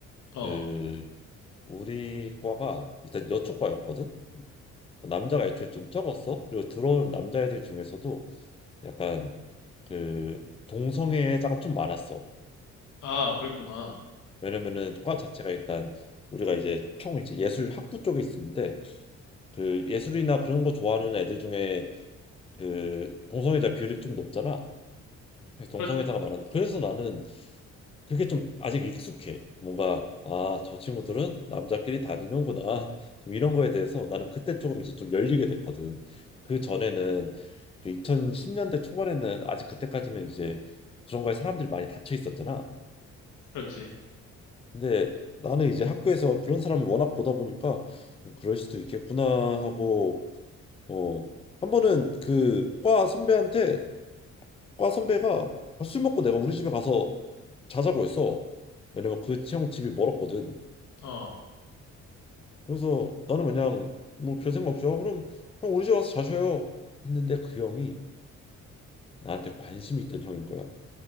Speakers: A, on the left (about 75°); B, on the left (about 20°).
A: 어.
B: 그 우리 과가 일단 여초과였거든. 남자가 애초에 좀 적었어. 그리고 들어온 남자애들 중에서도 약간 그 동성애자가 좀 많았어.
A: 아, 그랬구나.
B: 왜냐면은 과 자체가 일단 우리가 이제 총 이제 예술 학부 쪽에 있었는데 그 예술이나 그런 거 좋아하는 애들 중에 그 동성애자 비율이 좀 높잖아. 그래서 동성애자가
A: 그렇,
B: 많아 그래서 나는 그게 좀 아직 익숙해. 뭔가 아, 저 친구들은 남자끼리 다니는구나. 좀 이런 거에 대해서 나는 그때 조금 이제 좀 열리게 됐거든. 그 전에는 그 2010년대 초반에는 아직 그때까지는 이제 그런 거에 사람들이 많이 닫혀 있었잖아.
A: 그렇지.
B: 근데 나는 이제 학교에서 그런 사람을 워낙 보다 보니까 그럴 수도 있겠구나 하고 어. 한 번은 그 과 선배한테 과 선배가 "아, 술 먹고 내가 우리 집에 가서 자자고 했어. 왜냐면 그 형 집이 멀었거든.
A: 어.
B: 그래서 나는 그냥 뭐 별 생각 없이 어, 그럼 형 우리 집 와서 자셔요. 했는데 그 형이 나한테 관심이 있던 형인 거야.